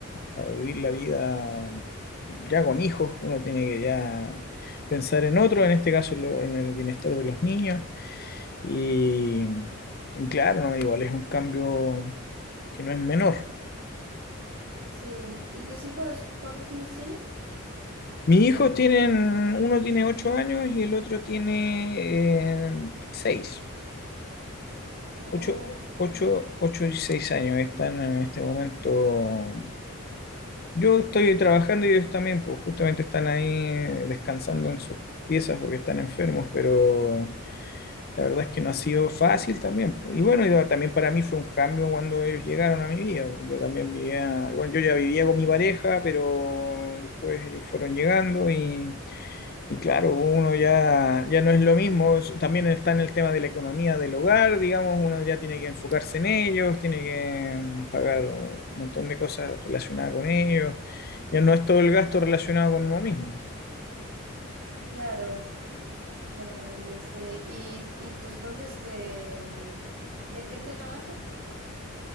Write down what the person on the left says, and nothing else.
a vivir la vida ya con hijos, uno tiene que ya pensar en otro, en este caso en, lo- en el bienestar de los niños. Y, y claro, no, igual es un cambio que no es menor.
Mis hijos tienen, uno tiene ocho años y el otro tiene eh, seis,
ocho,
ocho, ocho y seis años están en este momento. Yo estoy trabajando y ellos también, pues justamente están ahí eh, descansando en sus piezas porque están enfermos, pero la verdad es que no ha sido fácil también. pues. Y bueno, y también para mí fue un cambio cuando ellos llegaron a mi vida. Yo también vivía, bueno, yo ya vivía con mi pareja, pero después ellos fueron llegando y... Y claro, uno ya, ya no es lo mismo, es- también está en el tema de la economía del hogar, digamos, uno ya tiene que enfocarse en ellos, tiene que mm, pagar un montón de cosas relacionadas con ellos, ya no es todo el gasto relacionado con uno mismo.